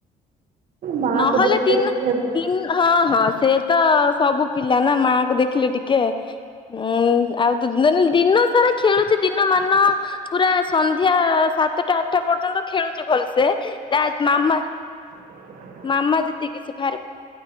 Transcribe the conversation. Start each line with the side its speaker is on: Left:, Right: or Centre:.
Right: ମା
Left: ନହଲେ
Right: କୁ ଦେଖିଲେ
Left: ଦିନ
Right: ଟିକେ ହେବ
Left: ଦିନ। ହଁ ହଁ ସେ ତ ସବୁ ପିଲା ନା ମା କୁ ଦେଖିଲେ ଟିକେ। ହୁଁ ଆଉ <unintelligible> ଦିନ ସାରା ଖେଳୁଛି ଦିନ ମାନ ପୁରା ସନ୍ଧ୍ୟା ସାତଟା ଆଠଟା ପର୍ଯ୍ୟନ୍ତ ଖେଳୁଛି ଭଲସେ, ତା ମାମା
Right: <inaudible>
Left: ମାମା ଯେତିକି ସେ <unintelligible>